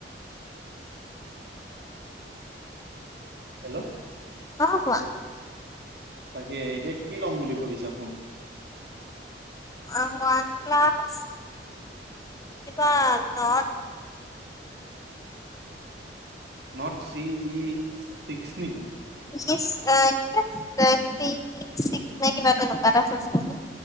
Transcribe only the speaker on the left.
অ 'কোৱা
ওৱান প্লাছ কিবা Nord
ছিক্স এ কিবা এটা চি ই ছিক্স নে কিবা তেনেকুৱা এটা চাইছিলোঁ